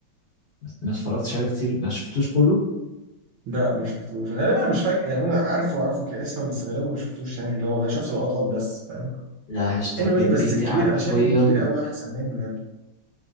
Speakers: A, on the left; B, on the right.
A: ما اتفرجتش عليه كتير ما شفتوش كله
B: لا ما شفتوش غالبا انا مش فاكر يعني انا عارفه عارفه كاسما بس غالبا ما شفتوش يعني لو شفت لقطات بس فاهم
A: لا يا اسطى
B: anyway
A: البيت بيتي
B: بس الكبير
A: حرفيا
B: انا شايف ان الكبير قوي احسن منه يا ابني